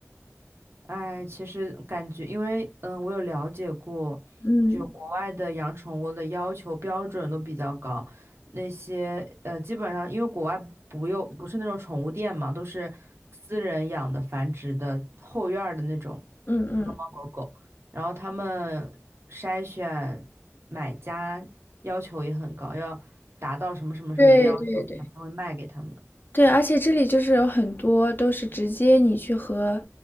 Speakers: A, on the right; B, on the left.
A: 哎，其实感觉，因为嗯，我有了解过，
B: 嗯
A: 就国外的养宠物的要求标准都比较高，那些呃，基本上因为国外不用不是那种宠物店嘛，都是私人养的繁殖的后院儿的那种
B: 嗯嗯，
A: 猫猫狗狗，然后他们筛选买家要求也很高，要达到什么什么什么的要求，
B: 对对对。
A: 他才会卖给他们。
B: 对，而且这里就是有很多都是直接你去和，